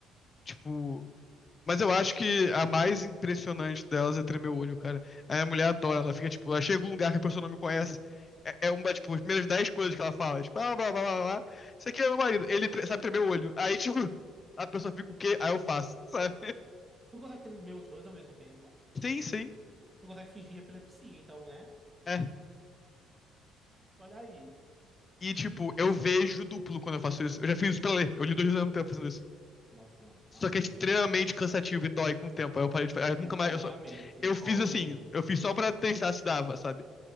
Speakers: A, on the left; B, on the right.
A: Tipo... Mas eu acho que a mais impressionante delas é tremer o olho, cara. A minha mulher adora. Ela fica, tipo... Ela chega em um lugar que a pessoa não me conhece. É, é uma, tipo, as primeiras 10 coisas que ela fala. Tipo, blá, blá, blá, blá, blá. Isso aqui é meu marido. Ele tre- sabe tremer o olho. Aí, tipo... <laughs> A pessoa fica o quê? Aí eu faço, sabe?
B: Tu consegue tremer os dois ao mesmo tempo?
A: Sim, sim.
B: Tu consegue fingir epilepsia, então, né?
A: É.
B: Olha aí,
A: E, tipo,
B: um uso.
A: eu vejo duplo quando eu faço isso. Eu já fiz isso pra ler. Eu li dois livros ao mesmo tempo fazendo isso.
B: Nossa, não,
A: Só
B: aí
A: que
B: também
A: é extremamente
B: não.
A: cansativo e dói com o tempo. Aí eu parei de fazer.
B: É,
A: Eu nunca
B: obviamente,
A: mais. Eu, só... eu fiz
B: obviamente.
A: assim. Eu fiz só pra testar se dava, sabe?